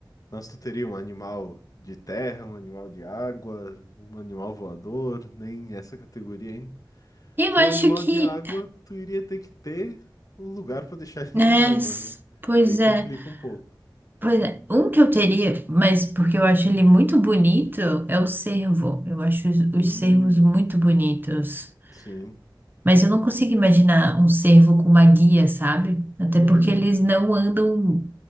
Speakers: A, on the left; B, on the right.
A: Mas tu teria um animal de terra, um animal de água, um animal voador, nem essa categoria, hein?
B: Eu
A: Que
B: acho
A: o animal
B: que,
A: de água, tu iria ter que ter um lugar para deixar ele
B: né?
A: na água,
B: s-
A: né?
B: Pois
A: Aí complica
B: é,
A: um pouco.
B: pois é. Um que eu teria, mas porque eu acho ele muito bonito, é o cervo. Eu acho os, os
A: Hum.
B: cervos muito bonitos.
A: Sim.
B: Mas eu não consigo imaginar um cervo com uma guia, sabe? Até
A: Uhum.
B: porque eles não andam,